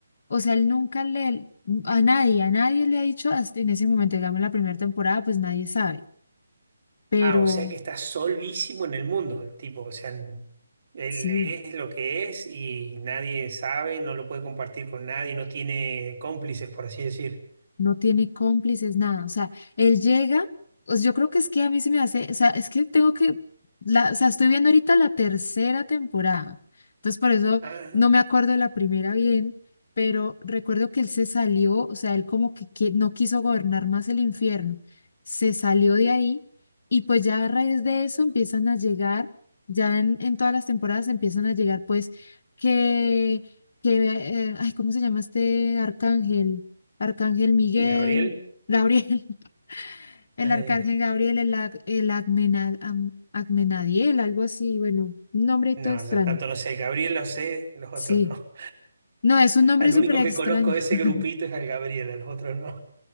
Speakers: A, on the left (about 50°); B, on the right (about 50°).
A: o sea, él nunca le, a nadie, a nadie le ha dicho, hasta en ese momento, digamos, la primera temporada, pues nadie sabe, pero
B: Ah, o sea que está solísimo en el mundo el tipo, o sea, n- él
A: sí,
B: es lo que es y nadie sabe, no lo puede compartir con nadie, no tiene cómplices, por así decir.
A: No tiene cómplices, nada. O sea, él llega, pues yo creo que es que a mí se me hace, o sea, es que tengo que, la, o sea, estoy viendo ahorita la tercera temporada. Entonces, por eso
B: Ah,
A: no me acuerdo de la primera bien, pero recuerdo que él se salió, o sea, él como que, qui- no quiso gobernar más el infierno. Se salió de ahí y pues ya a raíz de eso empiezan a llegar, ya en, en todas las temporadas empiezan a llegar pues que, que, eh, ay, ¿cómo se llama este arcángel? Arcángel Miguel,
B: Gabriel.
A: Gabriel, <laughs> el
B: Eh,
A: Arcángel Gabriel, el, Ag- el Agmena- Am- Agmenadiel, algo así, bueno, un nombre y
B: no,
A: todo extraño.
B: yo tanto no sé. El Gabriel lo sé, los otros
A: Sí.
B: no. <laughs>
A: No, es un nombre
B: Al
A: súper
B: único
A: extraño.
B: que conozco de ese
A: <laughs>
B: grupito es al Gabriel, a los otros no.